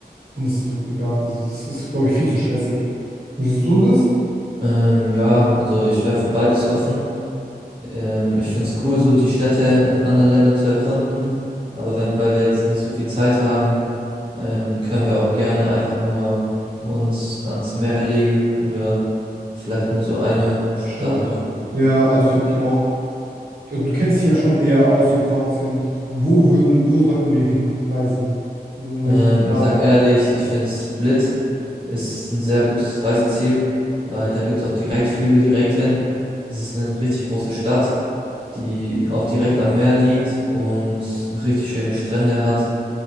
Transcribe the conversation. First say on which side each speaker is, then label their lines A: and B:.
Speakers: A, on the right; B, on the right.
A: und es wird mir gar nicht, also es ist, glaube ich, viel zu stressig. Wie siehst du das?
B: Ähm, ja, also ich wäre für beides offen. Ähm, ich finde es cool, so die Städte in anderen Ländern zu erkunden. Aber wenn, weil wir jetzt nicht so viel Zeit haben, ähm, können wir auch gerne einfach nur uns ans Meer legen oder vielleicht nur so eine Stadt
A: Stadt?
B: angucken.
A: Ja, also finde ich auch. Also du kennst dich ja schon eher aus in Kroatien. Wo würden, wo sollten wir hinreisen? Also in welche
B: Ähm,
A: Stadt?
B: ich sag ehrlich, ich finde Split ist ein sehr gutes Reiseziel, weil da gibt's auch Direktflüge direkt hin. Das ist eine richtig große Stadt, die auch direkt am Meer liegt und richtig schöne Strände hat.